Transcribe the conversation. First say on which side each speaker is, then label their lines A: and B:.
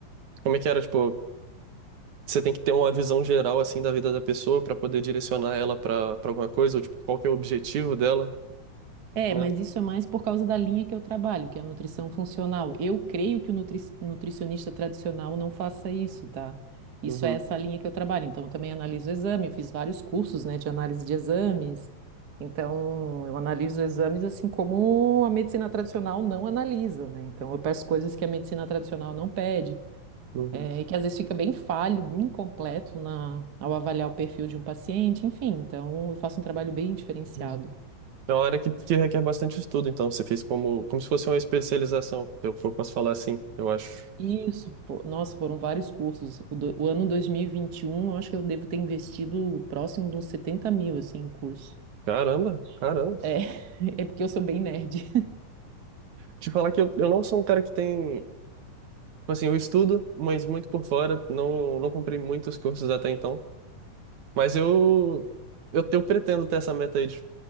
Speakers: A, on the right; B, on the right.
A: como é que era, tipo, você tem que ter uma visão geral assim da vida da pessoa para poder direcionar ela para para alguma coisa, ou tipo, qual que é o objetivo dela,
B: É,
A: né?
B: mas isso é mais por causa da linha que eu trabalho, que é a nutrição funcional. Eu creio que o nutri- nutricionista tradicional não faça isso, tá? Isso
A: Uhum,
B: é essa linha que eu trabalho. Então, eu também analiso o exame, eu fiz vários cursos, né, de análise de exames. Então, eu analiso exames assim como a medicina tradicional não analisa, né? Então, eu peço coisas que a medicina tradicional não pede,
A: uhum,
B: eh, e que às vezes fica bem falho, incompleto na, ao avaliar o perfil de um paciente, enfim. Então, eu faço um trabalho bem diferenciado.
A: uhum. É uma área que, que requer bastante estudo, então você fez como como se fosse uma especialização, eu, eu posso falar assim, eu acho.
B: Isso, pô. Nossa, foram vários cursos. O, do, o ano 2021, eu acho que eu devo ter investido próximo de uns 70 mil, assim, em curso.
A: Caramba, caramba.
B: É, <laughs> é porque eu sou bem nerd.
A: Te falar que eu, eu não sou um cara que tem, tipo assim, eu estudo, mas muito por fora, não não comprei muitos cursos até então, mas eu eu, eu pretendo ter essa meta aí de,